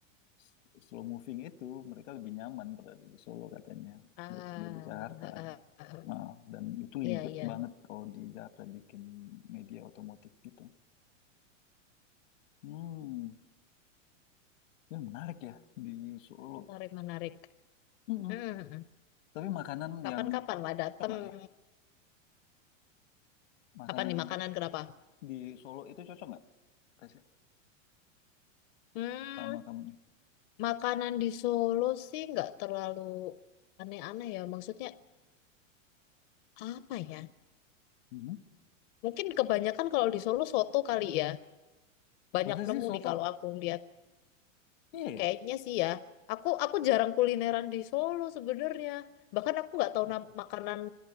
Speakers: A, on the left; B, on the left.
A: s- slow moving itu mereka lebih nyaman berada di Solo katanya
B: Ah,
A: daripada di Jakarta.
B: ah, ah, ah.
A: Nah, dan itu
B: iya,
A: libet
B: iya.
A: banget kalau di Jakarta bikin media otomotif gitu. Hmm. Ya, menarik ya di Solo.
B: Menarik, menarik.
A: Mm-mm.
B: Hmm,
A: Tapi makanan
B: kapan-kapan
A: yang
B: lah dateng.
A: cocok nggak ya? Makanan
B: Apa nih makanan
A: di,
B: kenapa?
A: di Solo itu cocok nggak? Tasya,
B: Hmm,
A: Sama kamu.
B: makanan di Solo sih nggak terlalu aneh-aneh ya. Maksudnya apa ya?
A: Mhm.
B: Mungkin kebanyakan kalau di Solo soto kali ya. Banyak
A: Masa
B: nemu
A: sih soto?
B: nih kalau aku lihat.
A: Iya ya?
B: Kayaknya sih ya. Aku aku jarang kulineran di Solo sebenarnya. Bahkan aku nggak tahu
A: Iya,
B: nam- makanan